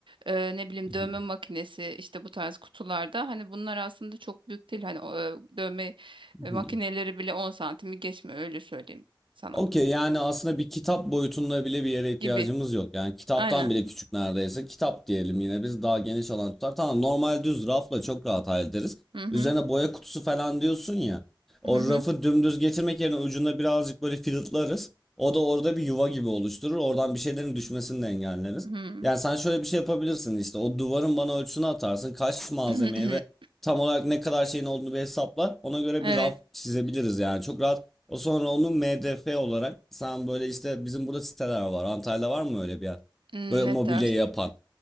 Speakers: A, on the right (about 85°); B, in the centre.
A: Eee, ne bileyim
B: hı
A: dövme
B: hı,
A: makinesi işte bu tarz kutularda hani bunlar aslında çok büyük değil. Hani o, e, dövme
B: hı
A: e, makineleri
B: hı.
A: bile 10 santimi geçmiyor öyle söyleyeyim sana
B: Okey yani aslında bir kitap boyutunda bile bir yere ihtiyacımız
A: gibi.
B: yok. Yani kitaptan
A: Aynen.
B: bile küçük neredeyse. Kitap diyelim yine biz daha geniş alan tutar. Tamam normal düz rafla çok rahat hallederiz.
A: hı.
B: Üzerine boya kutusu falan diyorsun ya. O
A: Hı hı.
B: rafı dümdüz getirmek yerine ucunda birazcık böyle filtlarız. O da orada bir yuva gibi oluşturur. Oradan bir şeylerin düşmesini de engelleriz.
A: Hı hı.
B: Yani sen şöyle bir şey yapabilirsin işte. O duvarın bana ölçüsünü atarsın. Kaç malzemeye
A: <clears throat>
B: ve tam olarak ne kadar şeyin olduğunu bir hesaplar. Ona göre
A: Evet.
B: bir raf çizebiliriz yani. Çok rahat O sonra onu MDF olarak sen böyle işte bizim burada siteler var. Antalya'da var mı öyle bir yer?
A: Hmm,
B: Böyle
A: Ne
B: mobilya
A: dersin?
B: yapan.